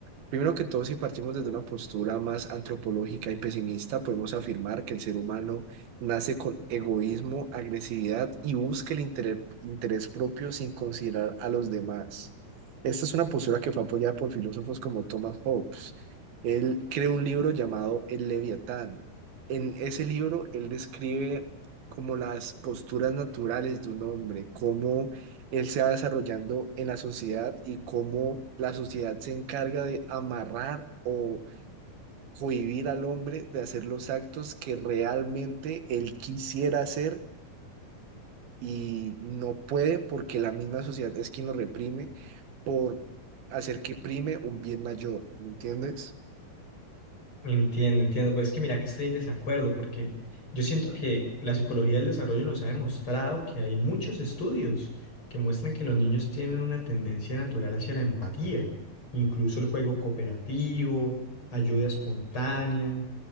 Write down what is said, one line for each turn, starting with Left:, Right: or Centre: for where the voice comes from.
Right: primero que todo, si partimos desde una postura más antropológica y pesimista, podemos afirmar que el ser humano nace con egoísmo, agresividad y busca el intere- interés propio sin considerar a los demás. Esta es una postura que fue apoyada por filósofos como Thomas Hobbes. Él creó un libro llamado El Leviatán. En ese libro, él describe como las posturas naturales de un hombre, cómo él se va desarrollando en la sociedad y cómo la sociedad se encarga de amarrar o cohibir al hombre de hacer los actos que realmente él quisiera hacer y no puede porque la misma sociedad es quien lo reprime por hacer que prime un bien mayor, ¿me entiendes?
Left: Entiendo, entiendo, pero es que mira que estoy en desacuerdo porque yo siento que la psicología del desarrollo nos ha demostrado que hay muchos estudios que muestran que los niños tienen una tendencia natural hacia la empatía, incluso el juego cooperativo, ayuda espontánea.